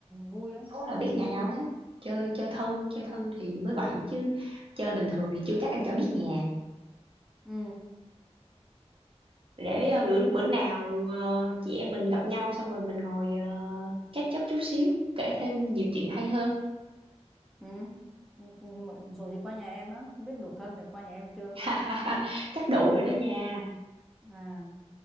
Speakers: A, in the centre; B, on the right.
A: vui á
B: số là biết nhà nhau hết chơi chơi thân chơi thân thì mới vậy chứ chơi bình thường thì chưa chắc em cho biết nhà
A: ừ
B: để ờ, bữa bữa nào ờ, chị em mình gặp nhau xong rồi mình ngồi uh, catch up chút xíu kể thêm nhiều chuyện hay hơn
A: ừ Ừ, dù chị qua nhà em á không biết đủ thân để qua nhà em chưa
B: <laughs> chắc đủ rồi đó nha
A: à